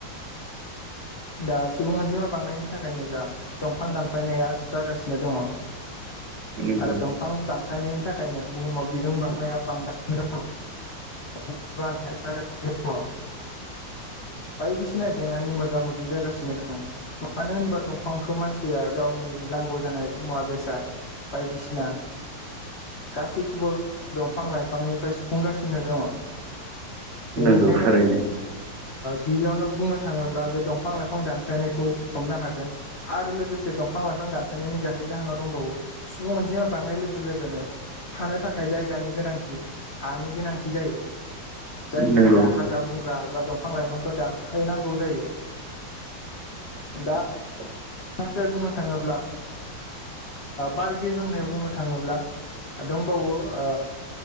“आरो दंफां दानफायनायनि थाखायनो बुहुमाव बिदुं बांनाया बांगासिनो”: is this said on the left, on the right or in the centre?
Left